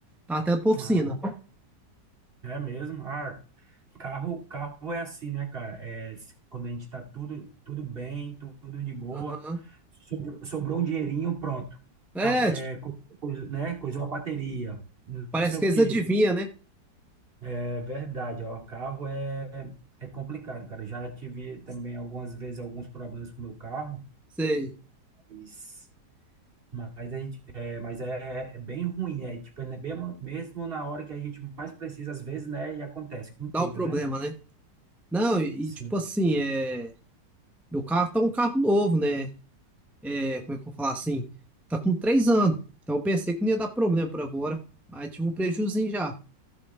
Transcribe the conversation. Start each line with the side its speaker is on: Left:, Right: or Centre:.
Centre: tá até pra oficina.
Right: Ah, é mesmo? Ah, carro, carro é assim, né, cara? É, s- quando a gente tá tudo, tudo bem, tu- tudo de boa,
Centre: Aham.
Right: sobrou, sobrou um dinheirinho, pronto.
Centre: É,
Right: Acab- É,
Centre: tipo,
Right: co- coisa, né? Coisou a bateria, não
Centre: parece
Right: sei
Centre: que
Right: o
Centre: eles
Right: quê.
Centre: adivinham, né?
Right: É verdade, ó, carro é, é complicado, cara. Já tive também algumas vezes alguns problemas com o meu carro.
Centre: Você
Right: Mas, mas a gente, é, mas é, é bem ruim, né? Tipo, é bem, mesmo na hora que a gente mais precisa, às vezes, né? E acontece. Que Incrível,
Centre: dá o problema,
Right: né?
Centre: né? Não, e,
Right: Sim.
Centre: e, tipo assim, é... meu carro tá um carro novo, né? é, como é que eu vou falar assim? Tá com três anos. Então eu pensei que não ia dar problema por agora, mas tive um prejuizinho já.